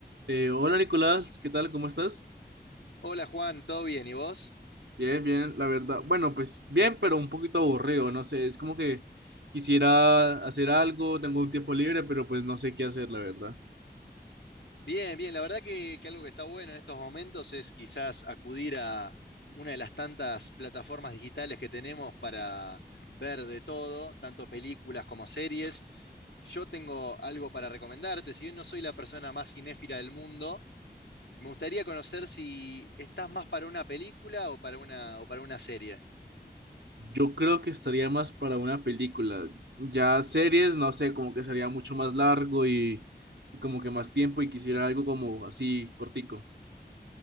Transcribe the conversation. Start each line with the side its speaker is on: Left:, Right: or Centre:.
Right: Eh, hola Nicolás, ¿qué tal? ¿Cómo estás?
Left: Hola Juan, ¿todo bien? ¿Y vos?
Right: Bien, bien, la verdad. Bueno, pues bien, pero un poquito aburrido, no sé, es como que quisiera hacer algo, tengo un tiempo libre, pero pues no sé qué hacer, la verdad.
Left: Bien, bien. La verdad que, que algo que está bueno en estos momentos es quizás acudir a una de las tantas plataformas digitales que tenemos para ver de todo, tanto películas como series. Yo tengo algo para recomendarte, si bien no soy la persona más cinéfila del mundo, me gustaría conocer si estás más para una película o para una, o para una serie.
Right: Yo creo que estaría más para una película. Ya series, no sé, como que sería mucho más largo y, y como que más tiempo y quisiera algo como así cortico.